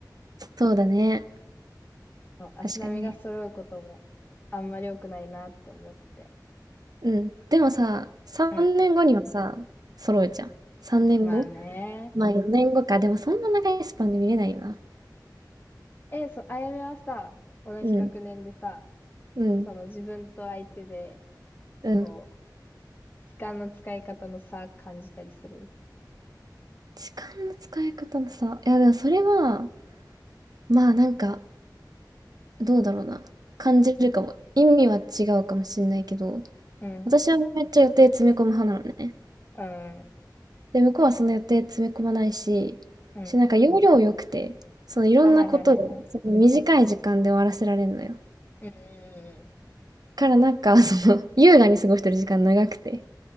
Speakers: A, on the right; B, on the left.
A: そうだね。
B: うんそう足並みが揃うこともあんまり良くないなって思って。
A: 確かにね。うん。でもさ、3年後にはさ、
B: うん。
A: 揃うじゃん。3年後
B: まあね。
A: まあ4年後か。でもそんな長いスパンで見れないよな。
B: え、そう、あやめはさ、同じ学年でさ、
A: うん。うん。
B: その自分と相手で、
A: うん。
B: こう、時間の使い方の差感じたりする
A: 時間の使い方もさ。いやでもそれは、まあなんか、どうだろうな。感じるかも。意味は違うかもしんないけど、
B: うん。
A: 私はめっちゃ予定詰め込む派なのね。
B: うん。
A: で、向こうはその予定詰め込まないし、
B: うん。
A: し、なんか要領良くて、そのいろんなことを、
B: あ、はいはいはいは
A: その短い時間で終わらせられるのよ。
B: い。うん。
A: からなんか、<laughs> その、優雅に過ごしてる時間長くて。